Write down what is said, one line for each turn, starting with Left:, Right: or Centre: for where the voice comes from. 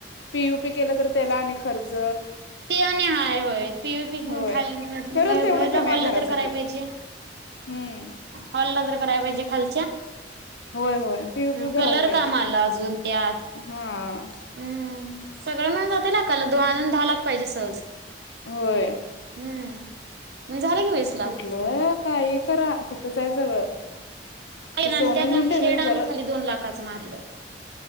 Left: पी यू पी केलं तर त्याला आणि खर्च
Right: ते आणि हाय होय पी ओ पी
Left: होय
Right: खाल वरदला
Left: करल तेवढं कमी
Right: हाॅलला
Left: आहे घरासाठी
Right: तर कराया पाहीजे.
Left: हम्म
Right: हॉल ला तर कराय पाहीजे खाल
Left: होय होय पीयूपी
Right: कलर
Left: करायला पाहिजे
Right: कामाला अजून याद
Left: हा
Right: हम्म सगळं मिळून जाते लाखाला. दोन अजून दहा लाख पाहिजे सहज
Left: होय.
Right: हम्म मग झालं की वीस लाख
Left: कुठलं काही करा. ईतच आहे सगळं.
Right: पहीलान
Left: ते सोनं
Right: त्याचान
Left: घेऊन ठेवलेलं
Right: शेड आणि
Left: बरं
Right: खाली दोन लाखाचं मारल.